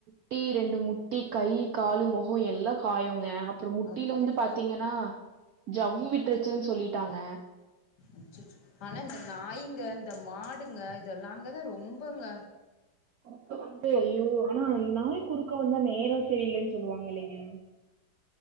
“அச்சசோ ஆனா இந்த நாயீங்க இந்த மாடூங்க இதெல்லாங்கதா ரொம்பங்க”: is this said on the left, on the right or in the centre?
Left